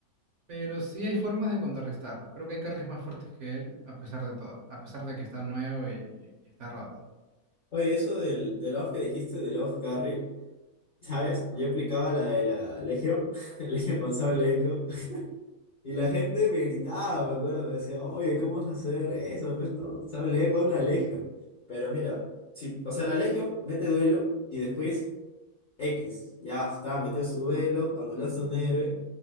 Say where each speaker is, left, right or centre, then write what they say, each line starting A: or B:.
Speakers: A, on the right (about 60°); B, on the left (about 55°).
A: Pero sí hay formas de contrarrestarlo. Creo que hay carries más fuertes que él, a pesar de todo. A pesar de que está nuevo y, y está roto.
B: Oye, eso del, del off que dijiste, del off carry. ¿Sabes? Yo aplicaba la de la Legión, <laughs> Legión con sable eco, y la gente me gritaba, me acuerdo, me decía, oye, ¿cómo vas a hacer eso? Pues no, sable eco, una Legión. Pero mira, si, o sea, la Legión mete duelo y después X, ya está, metió su duelo, anulaste a un héroe,